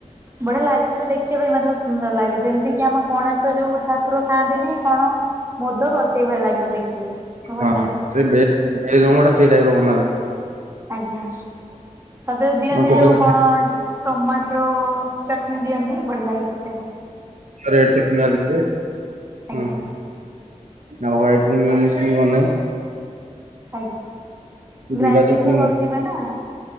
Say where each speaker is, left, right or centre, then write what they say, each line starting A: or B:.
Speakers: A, on the right; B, on the right.
A: ବଢିଆ ଲାଗେ ସେଇଟା ଦେଖିବା ପାଇଁ ମତେ ବହୁତ ସୁନ୍ଦର ଲାଗେ ଯେମିତିକି ଆମ ଗଣେଶ ଯୋଉ ଠାକୁର ଖାଆନ୍ତିନି କଣ? ମଦକ ସେଇ ଭଳିଆ ଲାଗେ ମତେ ଦେଖିଲେ ଭଲ
B: ହଁ ହଁ
A: ଲାଗେ।
B: ସେ ଭେଜ ଭେଜ ମୋମୋ ଟା ସେଇ ଟାଇପ ର ବନାଯାଏ।
A: ଆଜ୍ଞା। ତା ଦେହରେ ଦିଅନ୍ତି
B: ଆଉ କେତେବେଳେ
A: ଯୋଉ କଣ ଟମାଟ୍ରୋ ଚଟନୀ ଦିଅନ୍ତି ବଢିଆ ଲାଗେ ସେ
B: ଏଡ ଚକନି ଆି ହୁଁ ହ
A: ଆଜ୍ଞା
B: <unintelligible> ଆଉ ହ୍ୱାଇଟ ର ମିଓନିଜ ବି ବନାଏ।
A: ଆଜ୍ଞା। ଗ୍ରାଇଣ୍ଡିଙ୍ଗ
B: ଦିଟା ଚଟଣି
A: ତ କରୁଥିବେ ନା?